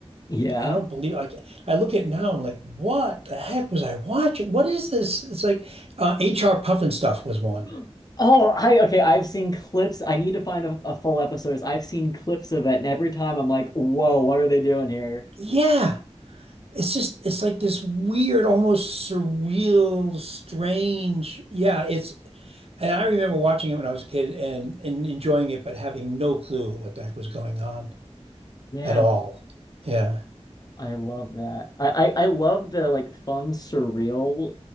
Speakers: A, on the left; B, on the right.
A: Yeah.
B: I don't believe like I look at it now and I'm like, what the heck was I watching? What is this? It's like uh, H.R. Puffin stuff was one.
A: <gasps> Oh, I okay. I've seen clips. I need to find a, a full episode. I've seen clips of it, and every time I'm like, whoa, what are they doing here?
B: Yeah. It's just it's like this weird, almost surreal, strange. Yeah, it's And I remember watching it when I was a kid and, and enjoying it, but having no clue what the heck was going on
A: Yeah.
B: at all. Yeah.
A: I love that. I, I I love the like fun, surreal